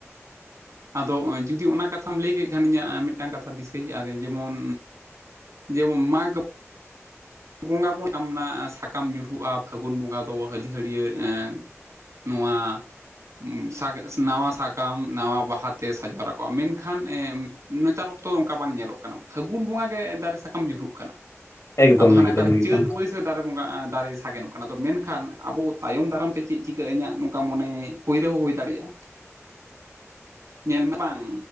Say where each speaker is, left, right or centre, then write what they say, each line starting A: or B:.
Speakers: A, on the right; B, on the left.
A: ᱟᱫᱚ ᱚᱸᱭ ᱡᱩᱫᱤ ᱚᱱᱟ ᱠᱟᱛᱷᱟᱢ ᱞᱮᱭ ᱠᱮᱜ ᱠᱷᱟᱱ ᱤᱧᱟᱹᱜ ᱢᱮᱫᱴᱟᱝ ᱠᱟᱛᱷᱟ ᱫᱤᱥᱟᱹ ᱦᱮᱡ ᱟᱫᱤᱧ ᱡᱮᱢᱚᱱ ᱡᱮ ᱵᱚᱱ ᱢᱟᱜᱟ <unintelligible> ᱥᱟᱠᱟᱢ ᱱᱟᱸᱜ ᱥᱟᱠᱟᱢ ᱧᱩᱨᱩᱜᱼᱟ ᱯᱷᱟᱹᱜᱩᱱ ᱵᱚᱸᱜᱟ ᱫᱚ ᱦᱟᱹᱞᱤᱦᱟᱹᱲᱭᱟᱹᱲ ᱮᱸ ᱱᱚᱣᱟ ᱥᱟ ᱱᱟᱣᱟ ᱥᱟᱠᱟᱢ ᱱᱟᱣᱟ ᱵᱟᱦᱟ ᱛᱮ ᱥᱟᱡᱟᱣ ᱨᱟᱠᱟᱵᱼᱟ ᱢᱮᱱᱠᱷᱟᱱ ᱮ ᱱᱮᱛᱟᱨ ᱚᱠᱛᱚ ᱚᱱᱠᱟ ᱵᱟᱝ ᱧᱮᱞᱚᱜ ᱠᱟᱱᱟ ᱯᱷᱟᱹᱜᱩᱱ ᱵᱚᱸᱜᱟ ᱜᱮ ᱫᱟᱨᱮ ᱥᱟᱠᱟᱢ ᱧᱩᱨᱩᱜ ᱠᱟᱱᱟ
B: ᱮᱠᱫᱚᱢ
A: ᱟᱫᱚ ᱦᱟᱱᱮ
B: ᱮᱠᱫᱚᱢ
A: ᱠᱟᱨᱮ
B: ᱮᱠᱫᱚᱢ
A: ᱪᱟᱹᱛ ᱵᱟᱹᱭᱥᱟᱹᱠᱷ ᱫᱟᱨᱮ ᱵᱚᱸᱜᱟ ᱫᱟᱨᱮ ᱥᱟᱜᱮᱱ ᱱᱚᱜ ᱠᱟᱱᱟ ᱟᱫᱚ ᱢᱮᱱᱠᱷᱟᱱ ᱟᱵᱚ ᱛᱟᱭᱚᱢ ᱫᱟᱨᱟᱢ ᱛᱮ ᱪᱮᱫ ᱪᱤᱠᱟᱹ ᱤᱧᱟᱹᱜ ᱱᱚᱝᱠᱟ ᱢᱚᱱᱮ ᱦᱩᱭ ᱨᱮᱦᱚᱸ ᱦᱩᱭ ᱫᱟᱲᱮᱭᱟᱜᱼᱟ᱾ ᱧᱮᱞ ᱢᱮ ᱵᱟᱝ,